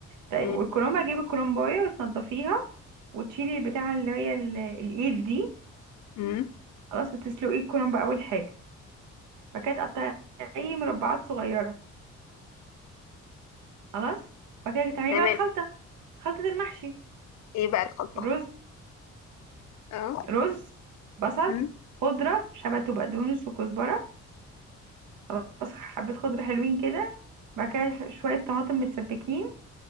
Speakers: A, on the right; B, on the left.
A: طيب
B: مم.
A: والكرنب هجيب الكرنبايه وتنضفيها وتشيلي البتاعه اللي هي ال- الايد دي
B: مم.
A: خلاص وتسلقي الكرنب اول حاجه بعد كده تقطعي مربعات صغيره خلاص بعد كده تعملي
B: تمام
A: بقى الخلطه خلطه المحشي
B: ايه بقى الخلطة
A: رز
B: اه
A: رز بصل
B: مم.
A: خضرة شبت وبقدونس وكزبرة خلاص حبة خضرة حلوين كده بعد كده شوية طماطم متسبكين